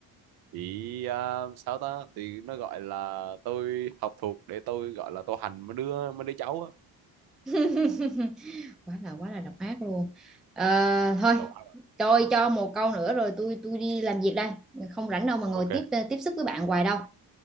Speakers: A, on the right; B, in the centre.
A: thì à, sao ta thì nó gọi là tôi học thuộc để tôi gọi là tôi hành mấy đứa mấy đứa cháu á
B: <laughs> quá là quá là độc ác luôn Ờ, thôi
A: Đầu óc. à?
B: tôi cho một câu nữa rồi tôi tôi đi làm việc đây không rảnh đâu mà ngồi
A: ok
B: tiếp tiếp sức với bạn hoài đâu